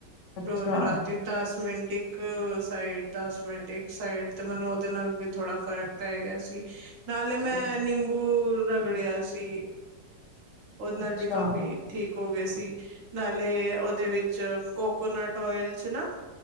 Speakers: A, on the left; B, on the right.
A: ਅੱਛਾ
B: ਰੋਜ਼ ਰਾਤ। ਤੇ ਦਸ ਮਿੰਟ ਇੱਕ ਸਾਈਡ ਦਸ ਮਿੰਟ ਇੱਕ ਸਾਈਡ ਤੇ ਮੈਨੂੰ ਉਹਦੇ ਨਾਲ। ਥੋੜਾ ਫਰਕ ਪੈ ਗਿਆ ਸੀ। ਨਾਲੇ ਮੈਂ
A: ਅੱਛਾ
B: ਨਿੰਬੂ ਰਗੜਿਆ ਸੀ। ਉਹਦੇ ਨਾਲ
A: ਅੱਛਾ
B: ਵੀ ਕਾਫੀ ਠੀਕ ਹੋ ਗਏ ਸੀ ਨਾਲੇ ਉਹਦੇ ਵਿੱਚ ਕੋਕੋਨਟ ਆਇਲ ਚ ਨਾ।